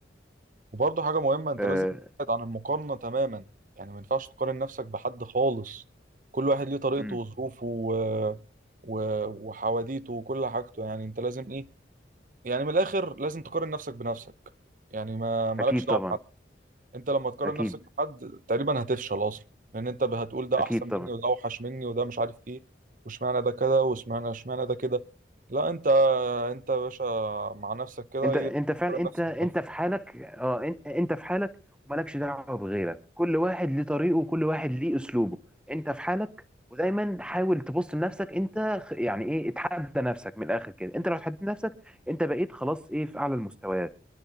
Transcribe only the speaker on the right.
وبرضه حاجة مهمة انت
لازم تبعد عن المقارنة تماما يعني ما ينفعش تقارن نفسك بحد خالص كل واحد ليه طريقته
وظروفه و... و... وحواديته وكل حاجته يعني انت لازم ايه يعني من الاخر لازم تقارن نفسك بنفسك يعني ما مالكش
دعوة
بحد انت لما تقارن
نفسك بحد تقريبا هتفشل اصلا لان انت هتقول ده
احسن
مني وده اوحش مني وده مش عارف ايه واشمعنى ده كده واشمعنى اشمعنى ده كده لا انت انت يا باشا مع نفسك كده
ايه
تقارن
نفسك
بنفسك